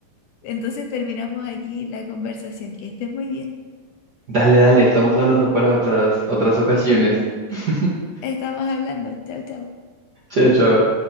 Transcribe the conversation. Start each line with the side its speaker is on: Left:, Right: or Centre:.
Left: entonces terminamos aquí la conversación. Que estés muy bien.
Right: Dale, dale, estamos hablando para otras, otras ocasiones. <laughs>
Left: Estamos hablando. Chao, chao.
Right: Chao, chao.